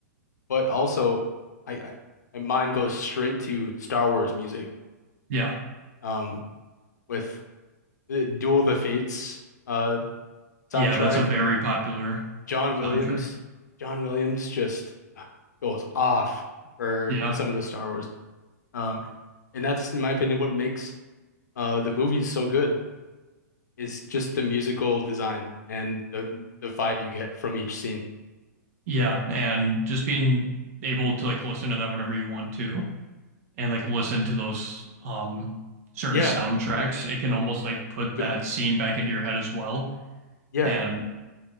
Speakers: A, on the left; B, on the right.
A: but also I, I my mind goes straight to Star Wars music.
B: yeah,
A: Um, with the Duel of the Fates uh soundtrack,
B: yeah. That's a very popular
A: John Williams,
B: soundtrack.
A: John Williams just goes off for
B: Yeah.
A: some of the Star Wars. Um, and that's in my opinion what makes uh the movies so good. is just the musical design and the the vibe you get from each scene.
B: Yeah, and just being able to like listen to that whenever you want to and like listen to those um certain
A: Yeah,
B: soundtracks, it can almost like put that
A: good.
B: scene back into your head as well
A: Yeah.
B: and